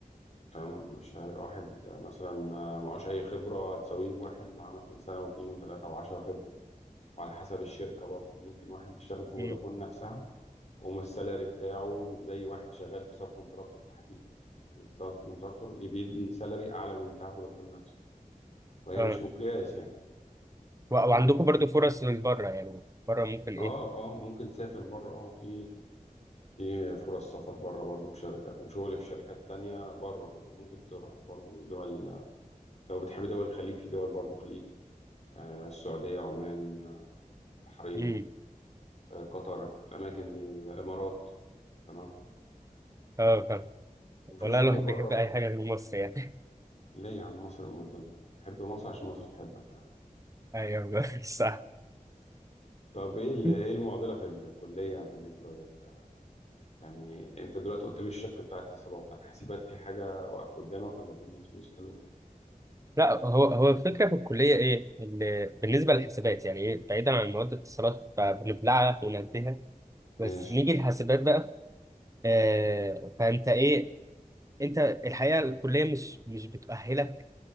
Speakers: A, on the left; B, on the right.
A: تمام مش هيبقى واحد مثلا معهوش اي خبره هتساويه بواحد معاه مثلا سنه واتنين وتلاته وعشرة خبره وعلى حسب الشركه برضه ممكن واحد يشتغل في فودافون
B: امم
A: نفسها ومش السالري بتاعه مش زي واحد شغال في سب كونتراكتور تحتيه ممكن السب كونتراكتور يبقى يدي سالري اعلى من بتاع فودافون نفسه فهي
B: اه
A: مش مقياس يعني
B: و-
A: كل
B: وعندكم برضه فرص من بره يعني بره ممكن ايه
A: اه اه ممكن تسافر بره اه في في فرص سفر بره برضو وشركة وشغل في شركات تانية بره وممكن تروح برضو دول لو بتحب دول الخليج في دول برضو خليج آه السعودية عمان آه، بحرين
B: امم
A: آه قطر الأماكن دي الإمارات تمام
B: اه فاهم
A: وفي
B: والله
A: شغل
B: الواحد
A: بره
B: بيحب
A: بقى
B: اي حاجه غير مصر يعني
A: ليه يا عم مصر أم الدنيا حب مصر عشان مصر تحبك يعني
B: <laughs> ايوه صح
A: طب ايه ال-
B: <laughs>
A: ايه المعضلة في الكلية بالنسبة لل يعني انت دلوقتي قلت لي الشق بتاع اتصالات طب حاسبات في حاجة واقفة قدامك ولا الدنيا سموث حلوة
B: لا هو هو الفكره في الكليه ايه اللي بالنسبه للحسابات يعني ايه بعيدا عن مواد الاتصالات فبنبلعها وننتهي
A: ماشي
B: بس نيجي الحسابات بقى آه فانت ايه انت الحقيقه الكليه مش مش بتؤهلك